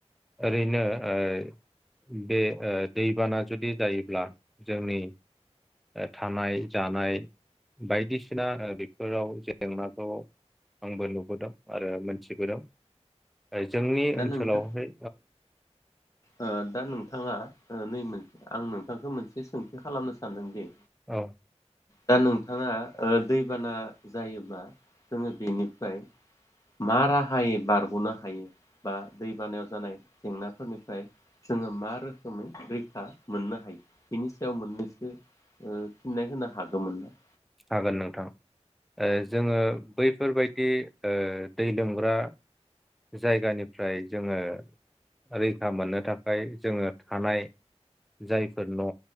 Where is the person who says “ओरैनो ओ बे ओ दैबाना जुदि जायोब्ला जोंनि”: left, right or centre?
Centre